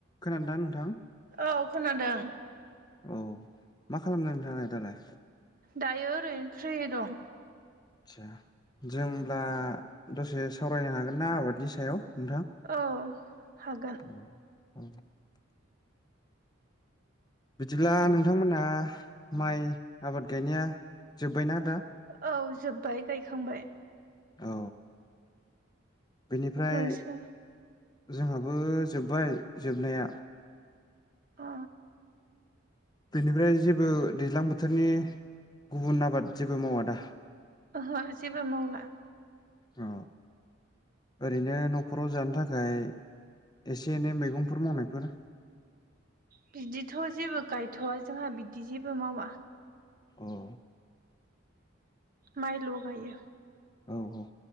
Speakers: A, on the left; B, on the right.
A: खोनादों ना नोंथां
B: औ खोनादों
A: औ मा खालामनो नोंथाङा दालाय
B: दायो ओरैनो फ्रि दं
A: आदसा जों अब्ला दसे सावरायनो हागोन ना आबादनि सायाव नोंथां
B: औ हागोन
A: औ <unintelligible> बिदिब्ला नोंथांमोना माइ आबाद गायनाया जोब्बायना दा
B: औ जोब्बाय गायखांबाय
A: औ बेनिफ्राय
B: नोंसो
A: जोंहाबो जोब्बाय जोबनाया
B: अ
A: बेनिफ्राय जेबो दैज्लां बोथोरनि गुबुन आबाद जेबो मावा दा
B: ओहो जेबो मावला
A: औ ओरैनो न'खराव जानो थाखाय एसे एनै मैगंफोर मावनायफोर
B: बिदिथ' जेबो गायथ'वा जोंहा बिदि जेबो मावा
A: औ
B: माइल' गायो
A: औ औ